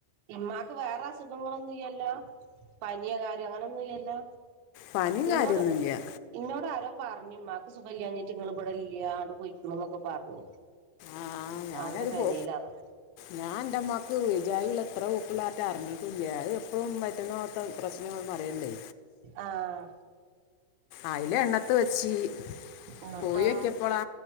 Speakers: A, on the right; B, on the left.
A: ഇമ്മാക്ക് വേറെ അസുഖങ്ങളൊന്നും ഇല്ലല്ലോ പനിയോ കാര്യോ അങ്ങനെന്നും ഇല്ലല്ലോ
B: പനിയും
A: ഇന്നോട്
B: കാര്യമൊന്നുമില്ല
A: ഇന്നോട് ആരോ പറഞ്ഞുമ്മാക്ക് സുഖം ഇല്ലാഞ്ഞിട്ട് ഇങ്ങള് ഇവിടെ ഇല്ല അങ്ങട് പൊയിക്കുണു എന്നൊക്കെ പറഞ്ഞു
B: ആ ഞാനത്
A: അവിടെ പെരേലാണ്
B: പോ ഞാൻ എന്റെമ്മക്ക് വിജായിൽ എത്ര ഹുക്കുള്ള അറിങ്ങിട്ട അല്ല അത് എപ്പോഴും വഴിറ്റിന്ന് പോകാത്ത പ്രശ്നങ്ങൾ പറയുണ്ടേ
A: ആഹ്
B: അയില എണ്ണത്ത് വെച്ചി
A: എന്നിട്ടോ
B: പോയി നോക്കിയപ്പളാ